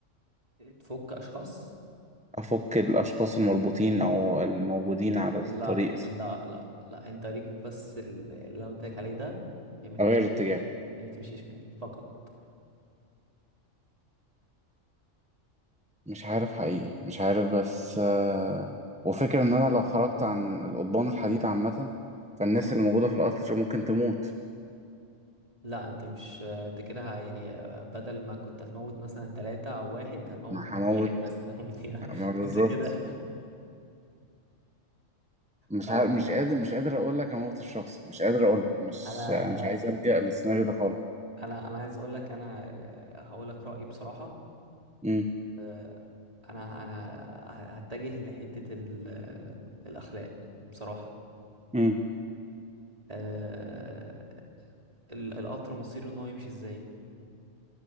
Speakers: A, on the right (about 30°); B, in the centre.
A: تفك اشخاص
B: أفك الأشخاص المربوطين أو الموجودين على
A: لا
B: الطريق
A: لا لا لا انت ليك بس ال- اللي انا قلت لك عليه ده يا ما تمشي
B: أغير اتجاه
A: يمين يا ما تمشي شمال فقط
B: مش عارف حقيقي مش عارف بس آه، وفكرة ان انا لو خرجت عن القضبان الحديد عامة فالناس اللي موجودة في القطر ممكن تموت
A: لا انت مش انت كده ه- يعني بدل ما كنت هتموت مثلا ثلاثة او واحد انت هتموت
B: ما
A: 100
B: هموت
A: واحد مثلا او 200 واحد. <laughs>
B: ما بالظبط
A: انت كده
B: مش
A: فلا
B: عارف مش قادر مش قادر اقول لك اموت الشخص مش قادر اقولها مش
A: انا
B: مش عايز ابجأ للسيناريو ده خالص
A: انا انا عايز اقول لك انا هقول لك رأيي بصراحة
B: امم
A: اه، انا انا ه- هتجه لحتة ال- الاخلاق بصراحة
B: امم
A: اه، ال- القطر مصيره ان هو يمشي ازاي